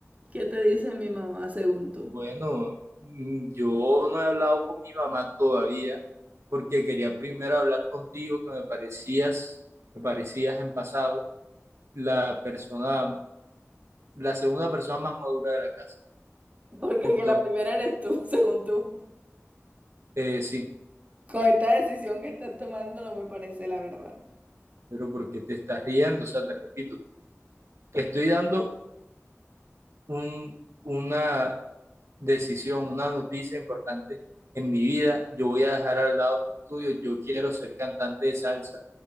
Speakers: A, on the right; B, on the right.
A: ¿Qué te dice mi mamá según tú?
B: Bueno, mm, yo no he hablado con mi mamá todavía porque quería primero hablar contigo, que me parecías, me parecías en pasado la persona, la segunda persona más madura de la casa.
A: Porque
B: Entonces,
A: que la primera eres tú, <laughs> según tú.
B: eh, sí,
A: Con esta decisión que estás tomando no me parece la verdad.
B: pero ¿por qué te estás riendo? O sea, te repito, te estoy dando un, una decisión, una noticia importante en mi vida. Yo voy a dejar al lado mis estudios, yo quiero ser cantante de salsa.